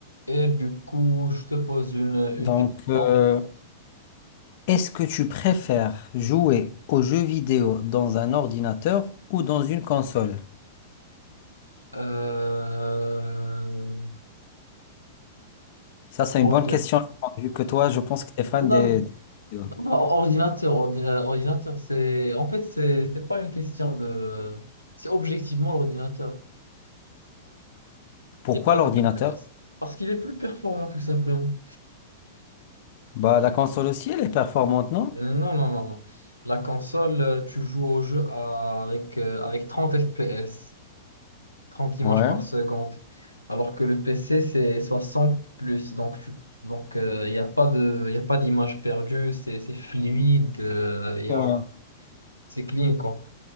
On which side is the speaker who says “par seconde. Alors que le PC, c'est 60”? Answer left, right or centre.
Left